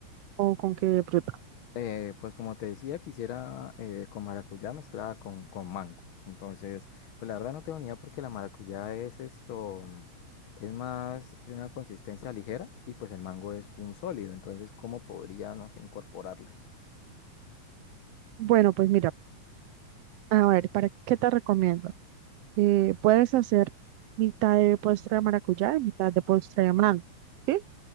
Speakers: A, on the right; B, on the left.
A: o con qué fruta.
B: Eh, pues como te decía, quisiera eh, con maracuyá mezclada con, con mango. Entonces, pues la verdad no tengo ni idea porque la maracuyá es esto, es más de una consistencia ligera y pues el mango es un sólido. Entonces, ¿cómo podríamos incorporarla?
A: Bueno, pues mira, a ver, ¿para qué te recomiendo? eh, puedes hacer mitad de postre de maracuyá y mitad de postre de mango, ¿sí?